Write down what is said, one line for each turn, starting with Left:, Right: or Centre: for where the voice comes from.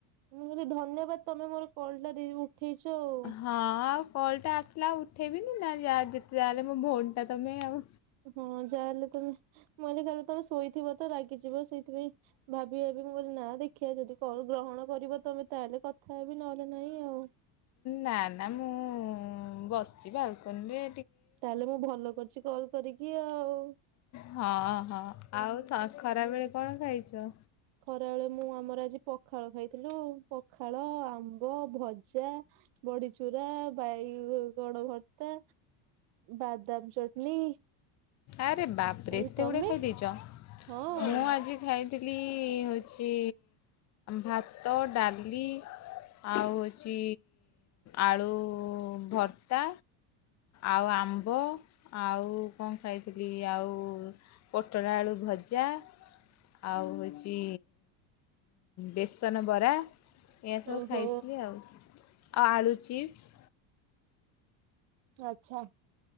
Right: ମୁଁ ବୋଧେ ଧନ୍ୟବାଦ ତମେ ମୋର କଲ୍ ଟା ଦି ଉଠେଇଛ ଆଉ।
Left: ହଁ ଆଉ କଲ୍ ଟା ଆସିଲା ଆଉ ଉଠେଇବିନି ନା ଯେତେ ଯାହା ହେଲେ ମୋ ଭଉଣି ଟା ତୁମେ ଆଉ।
Right: ହଁ ଯାହାହଲେ ତମେ ମଇହିଲି ଖାଲି ତମେ ଶୋଇଥିବ ତ ରାଗିଯିବ ସେଇଥିପାଇଁ। ଭାବି ଭାବି ମୁଁ କହିଲି ନା ଦେଖିବା ଯଦି କଲ୍ ଗ୍ରହଣ କରିବ ତମେ ତାହେଲେ କଥା ହେବି ନହେଲେ ନହିଁ ଆଉ।
Left: ନା ନା ମୁଁ ବସିଛି ବାଲକୁନିରେ।
Right: ତାହେଲେ ମୁଁ ଭଲ କରିଛି କଲ୍ କରିକି ଆଉ।
Left: ହଁ ହଁ ଆଉ ସ ଖରାବେଳେ କଣ ଖାଇଛ?
Right: ଖରା ବେଳେ ମୁଁ ଆମର ଆଜି ପଖାଳ ଖାଇଥିଲୁ ପଖାଳ ଆମ୍ବ ଭଜା। ବଢି ଚୁରା ବାଇ ଗଣ ଭର୍ତ୍ତା। ବାଦାମ ଚଟଣି।
Left: ଆରେ ବାପରେ
Right: ଆଉ
Left: ଏତେ
Right: ତମେ
Left: ଗୁଡେ ଖାଇଦେଇଛ
Right: ହଁ
Left: ମୁଁ ଆଜି ମୁଁ ଖାଇଥିଲି ହୋଉଛି ଭାତ ଡାଲି। ଆଉ ହୋଉଛି ଆଳୁ ଭର୍ ତା ଆଉ ଆମ୍ବ ଆଉ କଣ ଖାଇଥିଲି ଆଉ ପୋଟଳ ଆଳୁ ଭଜା। ଆଉ ହୋଉଛି ବେସନ ବରା। ଏହାସବୁ
Right: ଓହୋ।
Left: ଖାଇଥିଲି ଆଉ ଆଳୁ ଚିପ୍ସ।
Right: ଆଚ୍ଛା